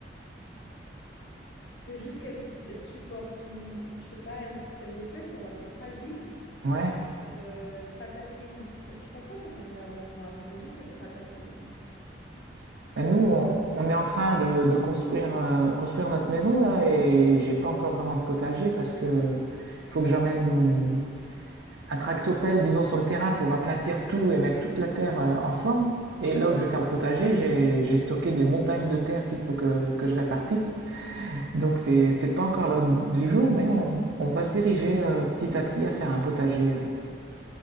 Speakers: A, on the left; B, on the right.
A: C'est juste qu'elle elle supporte, hmm, je sais pas, elle s- les feuilles sont assez fragiles
B: Ouais.
A: et puis elle, euh, elle se ratatine. Je, elle- je pense pas qu'elle vienne vraiment noire, mais juste elle se ratatine.
B: Ben, nous, on, on est en train de, de construire, euh, construire notre maison là et j'ai pas encore vraiment de potager parce que faut que j'emmène un tractopelle, disons, sur le terrain pour aplatir tout et mettre toute la terre euh, en forme. Et là où je vais faire le potager, j'ai j'ai stocké des montagnes de terre qu'il faut que, que je répartisse. Donc c'est c'est pas encore l'heure du jour, mais on, on va se diriger euh, petit à petit à faire un potager. euh.